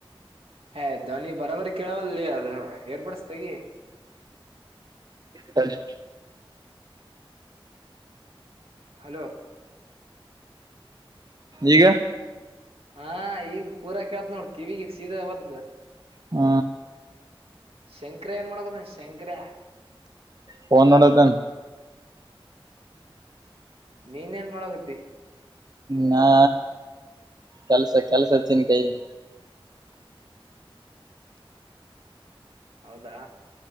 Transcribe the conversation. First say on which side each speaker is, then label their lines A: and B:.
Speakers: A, on the right; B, on the right.
A: ಹೇ ಧ್ವನಿ ಬರಾಬರಿ ಕೇಳವಲ್ಲದಲೆ ಅದು ಏರ್ಪಡಸತಗಿ
B: ತಡಿ
A: ಹಲೋ
B: ಈಗ
A: ಹಾ ಈಗ ಪೂರಾ ಕೇಳತ್ ನೋಡ್ ಕಿವಿಗ ಸೀದ ಒತದ
B: ಹ್ಮ
A: ಶೆಂಕರೆ ಏನ್ ಮಾಡಕುತನ ಶೆಂಕರೆ
B: ಫೋನ್ ನೋಡತನ
A: ನೀನ್ ಏನ್ ಮಾಡಗತಿ
B: ನಾ ಕೆಲ್ಸ ಕೆಲಸ ಚಿಂತೈತಿ
A: ಹೌದಾ